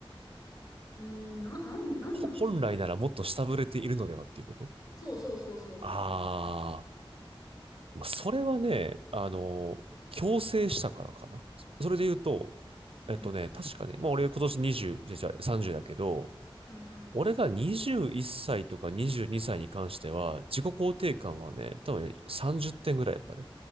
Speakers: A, on the left (about 40°); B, on the right (about 75°).
A: うーん、な、なん、なんなんですかね。
B: ほ本来ならもっと下振れているのではっていうこと
A: そうそうそうそ
B: ああ。まあそれはね、あの、強制したからかな。それで言うと、
A: う。
B: えっとね、
A: うん。
B: 確かね、まあ俺今年20、じゃあさんじゃ30だけど、
A: はいはい。
B: 俺が21歳とか22歳にさいに関しては、自己肯定感はね、多分ね30点ぐらいだったね。